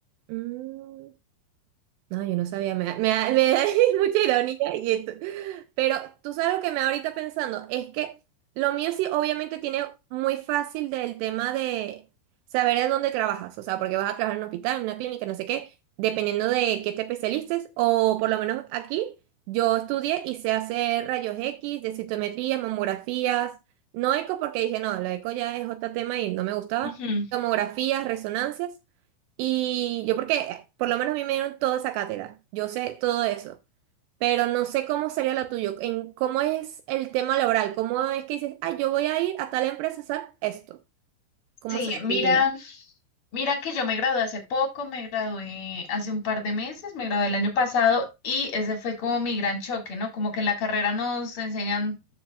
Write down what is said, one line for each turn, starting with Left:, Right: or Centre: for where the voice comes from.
Right: mm. No, yo no sabía, me, da- me, da me da <laughs> mucha ironía y esto. Pero tú sabes lo que me da ahorita pensando, es que lo mío sí obviamente tiene muy fácil del tema de saber en dónde trabajas, o sea, porque vas a trabajar en un hospital, en una clínica, no sé qué, dependiendo de qué te especialices, o por lo menos aquí yo estudié y sé hacer rayos X, densitometría, mamografías, no eco porque dije, no, la eco ya es otro tema y no me gustaba,
Left: Ujú.
Right: tomografías, resonancias. Y yo porque, eh, por lo menos a mí me dieron toda esa cátedra, yo sé todo eso, pero no sé cómo sería la tuya, en cómo es el tema laboral, cómo es que dices, ah, yo voy a ir a tal empresa a hacer esto, cómo
Left: Sí,
Right: se definiría.
Left: mira, mira que yo me gradué hace poco, me gradué hace un par de meses, me gradué el año pasado y ese fue como mi gran choque, ¿no? Como que en la carrera nos enseñan